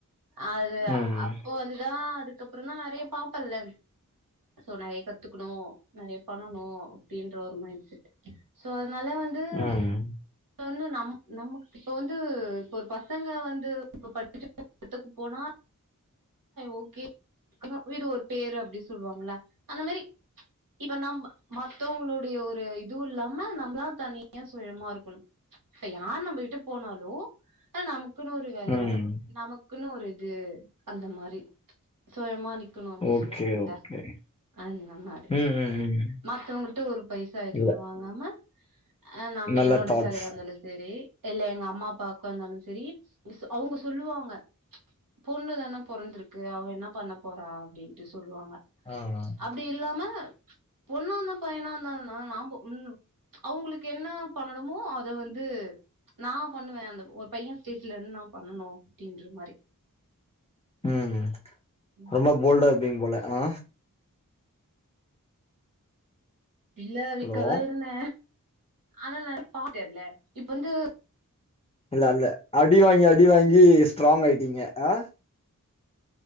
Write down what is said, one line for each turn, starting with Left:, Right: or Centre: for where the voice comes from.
Right: அது
Left: ம்
Right: அப் போ வந்துதா அதுக்கப்பறோ தா நெறைய பாப்பல்ல சோ நெறைய கத்துக்கணு நெறைய பண்ணணு அப்டின்ற ஒரு மைண்ட் செட் சோ அதனால வந்து
Left: ம்
Right: இப்ப வந்து நம் நம்க் இப்ப வந்து இப்ப ஒரு பசங்க வந்து இப்ப <inaudible> எடத்துக்கு போனா ஓகே <inaudible> இது ஒரு பேரு அப்டி சொல்லுவாங்களா அந்த மாரி இப்ப நம் மத்தவங்களுடைய ஒரு இது இல்லாம நம்ளா தனியா சுயமா இருக்கணு இப்ப யார் நம்ம விட்டு போனாலு ஆ நமக்குன்னு ஒரு வேல
Left: ம்
Right: நமக்குன்னு ஒரு இது அந்த மாரி சொயமா நிக்கணு அப்டி
Left: ஓகே
Right: சொல்லுவாங்கல்ல
Left: ஓகே
Right: அந்த மாரி
Left: ம் ம் ம்
Right: மத்தவங்கள்ட்ட ஒரு பைசா எதுவுமே
Left: இல்ல
Right: வாங்காம அ நாம்ம
Left: நல்ல
Right: என்னோட
Left: தாட்ஸ்
Right: செலவா இருந்தாலு சேரி இல்ல எங்கம்மா அப்பாக்கு இருந்தாலு செரி அவுங்க சொல்லுவாங்க பொண்ணு தான பொறந்திருக்கு அவ என்ன பண்ண போறா அப்டின்ட்டு சொல்லுவாங்க
Left: ம்
Right: அப்டி இல்லாம பொண்ணா இருந்தா பைனா இருந்தாலு நாம ஆம்போ ம் அவுங்களுக்கு என்னா பண்ணணுமோ அத வந்து நா பண்ணுவே அந்த ஒரு பைய ஸ்டேஜ்ல இருந்து நா பண்ணனு அப்டின்ற மாரி
Left: ம்
Right: ம்
Left: ரொம்ப போல்டா இருப்பீங்க போல அ
Right: இல்ல விக்கு
Left: ஹலோ
Right: அதாவ்து என்ன ஆனா நட <inaudible> இல்ல இப்ப வந்து
Left: இல்லல்ல அடி வாங்கி அடி வாங்கி ஸ்ட்ராங் ஆயிட்டீங்க அ